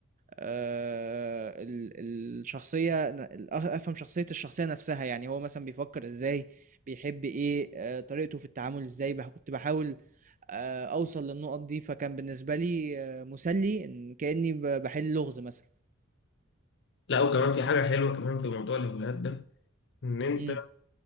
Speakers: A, on the right (about 40°); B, on the left (about 60°).
A: آه، ال- ال- الشخصية ن- ال- أف- أفهم شخصية الشخصية نفسها يعني هو مثلا بيفكر إزاي بيحب إيه آه، طريقته في التعامل إزاي بح- كنت بحاول آه، أوصل للنقط دي فكان بالنسبة لي آه، مسلي إن كأني ب- بحل لغز مثلا
B: لا وكمان في حاجة حلوة كمان في موضوع الهوايات ده ان انت
A: امم